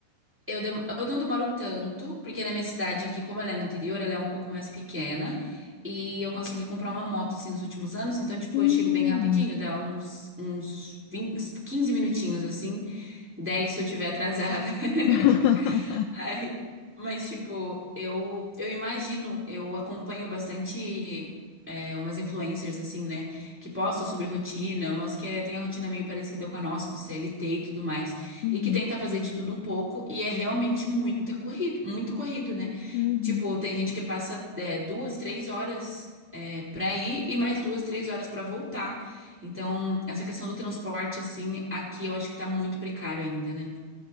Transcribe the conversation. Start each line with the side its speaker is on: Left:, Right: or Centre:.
Centre: Eu, dem- eu não demoro tanto, porque na minha cidade aqui, como ela é no interior, ela é um pouco mais pequena. E eu consegui comprar uma moto, assim, nos últimos anos. Então, tipo,
Left: Hum,
Centre: eu chego bem rapidinho. Dá uns, uns 20, uns minutinhos, assim. 10 se eu tiver atrasada. <laughs>
Left: <laughs>
Centre: Aí, mas, tipo, eu, eu imagino, eu acompanho bastante é, umas influencers, assim, né? Que postam sobre rotina, umas que é, tem a rotina meio parecida com a nossa, do CLT e tudo mais.
Left: uhum,
Centre: E que tenta fazer de tudo um pouco, e é realmente muita corrido, muito corrido, né?
Left: uhum.
Centre: Tipo, tem gente que passa é, duas, três horas é, pra ir e mais duas, três horas pra voltar. Então, essa questão do transporte, assim, aqui eu acho que tá muito precário ainda, né?